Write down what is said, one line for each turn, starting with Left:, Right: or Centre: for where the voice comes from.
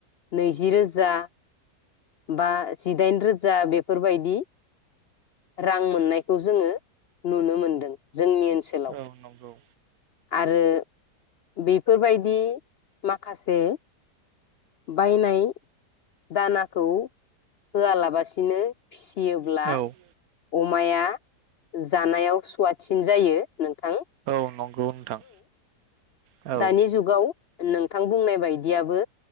Left: नैजि रोजा। बा जिदाइन रोजा बेफोरबायदि रां मोननायखौ जोङो नुनो मोनदों जोंनि ओनसोलाव।
Right: औ नंगौ।
Left: आरो बेफोर बायदि माखासे बायनाय दानाखौ होआ लाबासिनो। फियोब्ला
Right: औ
Left: अमाया जानायाव सुवाथसिन जायो नोंथां।
Right: नोंगौ नोंथां। औ
Left: दानि जुगाव नोंथां बुंनाय बायदियाबो